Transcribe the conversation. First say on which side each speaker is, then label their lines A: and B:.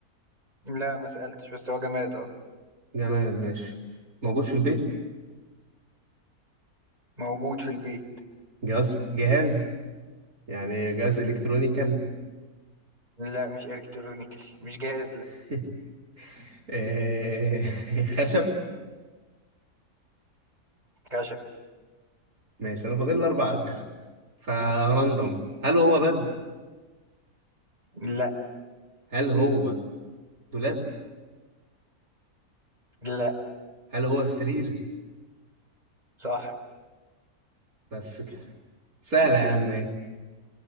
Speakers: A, on the right; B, on the right.
A: لا ما سألتش بس هو جماد اه
B: جماد ماشي موجود في البيت
A: موجود في البيت
B: جهاز جهاز يعني جهاز الكترونيكال
A: لا مش الكترونيكال مش جهاز لا
B: <laughs> آه، خشب
A: كشف
B: ماشي انا فاضل لي اربع اسئله فراندوم هل هو باب
A: لا
B: هل هو دولاب
A: لا
B: هل هو سرير
A: صح
B: بس كده سهله يا عم إيه.